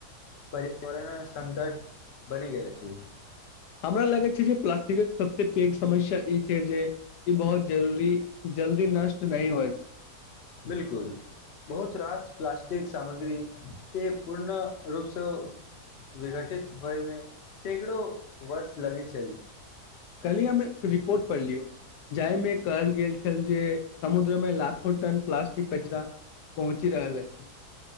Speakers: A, on the left; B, on the left.
A: पर्यावरण संकट बनि गेल अछि।
B: हमरा लगैत छै जे प्लास्टिकक सबस पैघ समस्या ई छै जे ई बहुत जरूरी जल्दी नष्ट नहि होइत।
A: बिलकुल बहुत रास प्लास्टिक सामग्रीके पूर्ण रूपसँ विघटित होयमे सैकड़ो वर्ष लगै छै।
B: कल ही हम एक रिपोर्ट पढ़लियौ जाहिमे कहल गेल छल जे समुद्रमे लाखो टन प्लास्टिक कचरा पहुँचि रहल अछि।